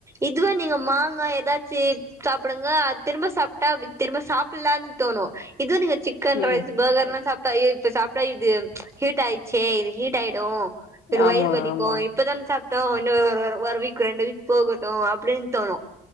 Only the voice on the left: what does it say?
ம்
ஆமா
ஆமா